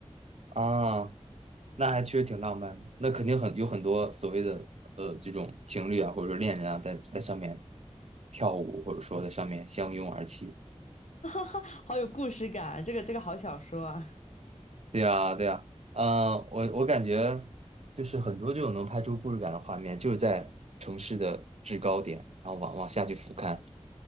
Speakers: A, on the right (about 65°); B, on the left (about 80°).
A: 啊，那还确实挺浪漫的，那肯定很有很多所谓的呃这种情侣啊，或者说恋人啊，在在上面跳舞，或者说在上面相拥而泣。
B: <laughs> 好有故事感啊，这个这个好小说啊。
A: 对呀，对呀，嗯、我我感觉就是很多这种能拍出故事感的画面，就是在城市的制高点，然后往往下去俯瞰，